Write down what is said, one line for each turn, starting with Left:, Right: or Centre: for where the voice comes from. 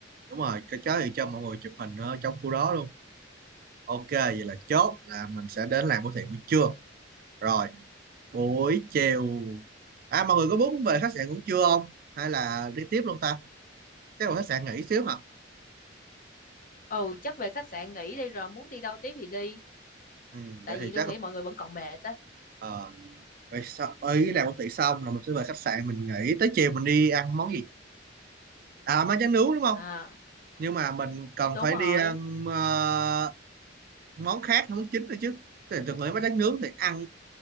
Right: đúng rồi cái chó thì cho mọi người chụp hình ở trong khu đó luôn ok vậy là chốt là mình sẽ đến làm của thiện buổi trưa rồi buổi chiều à mọi người có muốn về khách sạn cũng chưa không hay là đi tiếp luôn ta chắc là khách sạn nghỉ xíu hả
Left: ừ chắc về khách sạn nghỉ đi rồi muốn đi đâu tiếp thì đi
Right: ừ,
Left: tại
Right: vậy
Left: vì
Right: thì
Left: tôi
Right: chắc
Left: nghĩ mọi người vẫn còn mệt á
Right: ờ vậy sau ấy làm của thiện xong là mình sẽ về khách sạn mình nghỉ tới chiều mình đi ăn món gì à món tráng nướng đúng không
Left: à
Right: nhưng mà mình cần
Left: đúng
Right: phải
Left: rồi
Right: đi ăn ờ, món khác món chính nữa chứ thì từng nghĩ món tráng nướng thì ăn